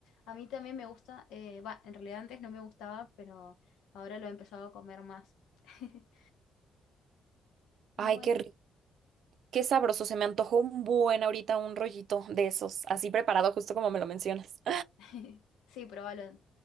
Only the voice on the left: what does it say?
A mí también me gusta, eh, va, en realidad antes no me gustaba, pero ahora lo he empezado a comer más. <laughs> Bueno,
<laughs> sí, probalo,